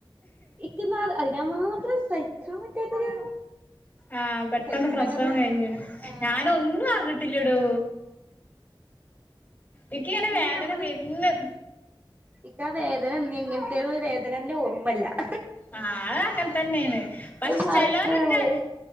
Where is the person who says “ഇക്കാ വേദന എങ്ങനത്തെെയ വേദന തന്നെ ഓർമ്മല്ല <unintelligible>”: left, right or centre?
Right